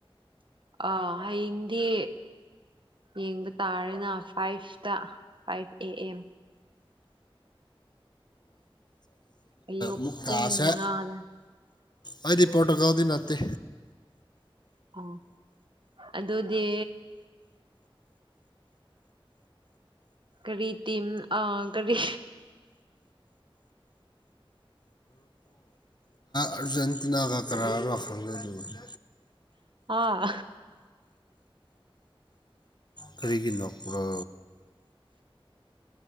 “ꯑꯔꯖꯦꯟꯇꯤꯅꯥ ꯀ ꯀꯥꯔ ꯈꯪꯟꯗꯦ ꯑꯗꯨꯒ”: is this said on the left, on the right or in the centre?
Left